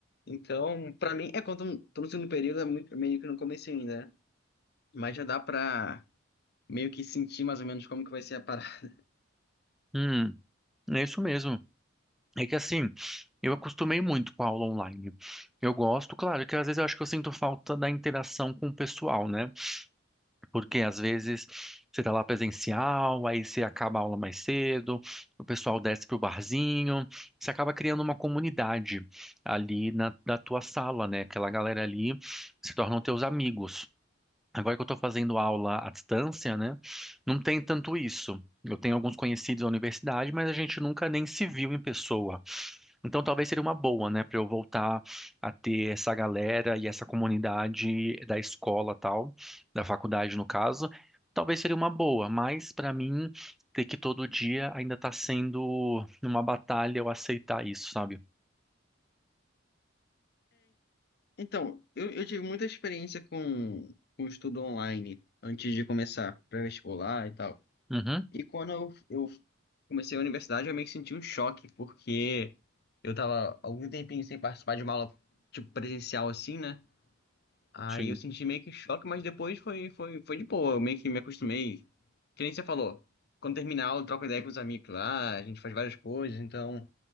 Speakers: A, on the left; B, in the centre.
A: Então, pra mim, é quando tô no segundo período, é muito- meio que no começo ainda, né? Mas já dá pra meio que sentir mais ou menos como que vai ser a parada.
B: hum. É isso mesmo. É que assim, eu acostumei muito com a aula online. Eu gosto, claro, que às vezes eu acho que eu sinto falta da interação com o pessoal, né? Porque às vezes você tá lá presencial, aí você acaba a aula mais cedo, o pessoal desce pro barzinho, você acaba criando uma comunidade ali na, na tua sala, né? Aquela galera ali se tornam teus amigos. Agora que eu estou fazendo aula à distância, né? Não tem tanto isso. Eu tenho alguns conhecidos na universidade, mas a gente nunca nem se viu em pessoa. Então talvez seria uma boa, né, para eu voltar a ter essa galera e essa comunidade da escola tal, da faculdade no caso. Talvez seria uma boa, mas para mim ter que todo dia ainda está sendo uma batalha eu aceitar isso, sabe?
A: Então, eu, eu tive muita experiência com, com estudo online antes de começar pré-vestibular e tal.
B: Uhum,
A: E quando eu, eu comecei a universidade, eu meio que senti um choque, porque eu tava algum tempinho sem participar de uma aula, tipo, presencial assim, né? Aí
B: sim.
A: eu senti meio que choque, mas depois foi, foi, foi de boa, eu meio que me acostumei. Que nem você falou, quando terminar a aula, eu troco ideia com os amigos lá, a gente faz várias coisas, então